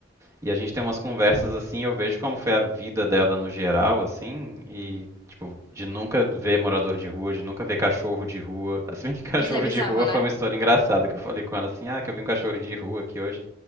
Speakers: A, on the right; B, on the left.
A: e a gente tem umas conversas assim, eu vejo como foi a vida dela no geral, assim, e tipo, de nunca ver morador de rua, de nunca ver cachorro de rua. <laughs> Se bem que cachorro
B: Isso é bizarro,
A: de rua
B: né?
A: foi uma história engraçada, que eu falei com ela assim, ah, que eu vi um cachorro de rua aqui hoje.